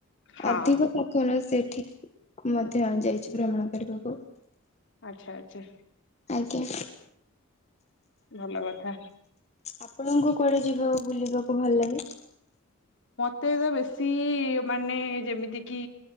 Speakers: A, on the left; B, on the left.
A: ହଁ
B: ଅଧିକ ପାଖ ନା ସେଠିକି ମଧ୍ୟ ଯାଇଛି ଭ୍ରମଣ କରିବାକୁ।
A: ଆଚ୍ଛା ଆଚ୍ଛା
B: ଆଜ୍ଞା।
A: ଭଲ କଥା
B: ଆପଣଙ୍କୁ କୁଆଡେ ଯିବା ବୁଲିବାକୁ ଭଲ ଲାଗେ?
A: ମତେ ତ ବେଶୀ ମାନେ ଯେମିତି କିି